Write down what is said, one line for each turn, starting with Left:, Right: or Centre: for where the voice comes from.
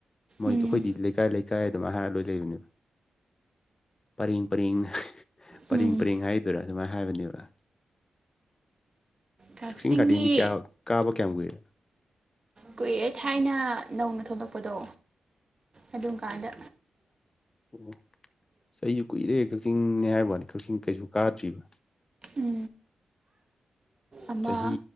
Left: ꯃꯣꯏꯗꯣ
Right: ꯎꯝ
Left: ꯑꯩꯈꯣꯏꯗꯤ ꯂꯩꯀꯥꯏ ꯂꯩꯀꯥꯏ ꯑꯗꯨꯝꯃꯥꯏ ꯍꯥꯏꯔꯒ ꯂꯣꯏ ꯂꯩꯕꯅꯦꯕ ꯄꯔꯦꯡ ꯄꯔꯦꯡ ꯄꯔꯦꯡ
Right: ꯎꯝ
Left: ꯄꯔꯦꯡ ꯍꯥꯏꯗꯨꯣꯏꯔꯥ ꯑꯗꯨꯃꯥꯏꯅ ꯍꯥꯏꯕꯅꯦꯕ
Right: ꯀꯛꯆꯤꯡꯒꯤ
Left: ꯀꯛꯆꯤꯡ ꯒꯥꯔꯗꯦꯟꯗꯤ ꯀꯌꯥ ꯀꯥꯕ ꯀꯌꯥꯝ ꯀꯨꯏꯔꯦ
Right: ꯀꯨꯏꯔꯦ ꯊꯥꯏꯅ ꯅꯧꯅ ꯊꯣꯛꯂꯛꯄꯗꯣ ꯑꯗꯨꯝꯀꯥꯟꯗ
Left: ꯑꯣ ꯑꯩꯁꯨ ꯀꯨꯏꯔꯦ ꯀꯛꯆꯤꯡꯅꯦ ꯍꯥꯏꯕꯩ ꯋꯥꯅꯤ ꯀꯛꯆꯤꯡ ꯀꯩꯁꯨ ꯀꯥꯗ꯭ꯔꯤꯕ
Right: ꯎ ꯑꯃ
Left: ꯆꯍꯤ